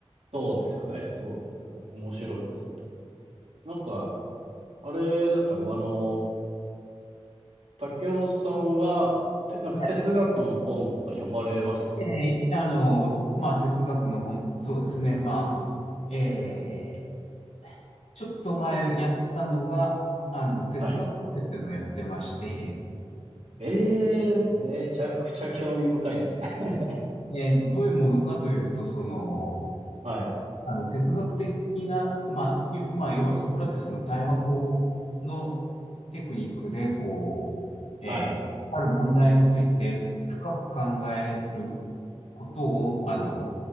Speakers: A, on the right; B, on the left.
A: そうですよね。そうですよね。面白いですね。なんか、あれですか、あの、竹雄さんは、て、なんか哲学の本とか読まれますか
B: はい。ええ、あの、まあ、哲学の本、そうですね。まあ、ええちょっと前やったのが、あの、哲学カフェっていうのをやってまして、
A: はい。ええめちゃくちゃ興味深いですね。<laughs>
B: <laughs> えっと、どういうものかというと、その、
A: はい、
B: あの、哲学的な、まあ、いまあ、要はソクラテスの対話法のテクニックで、こう、
A: はい、
B: えーある問題について深く考えることを、あの、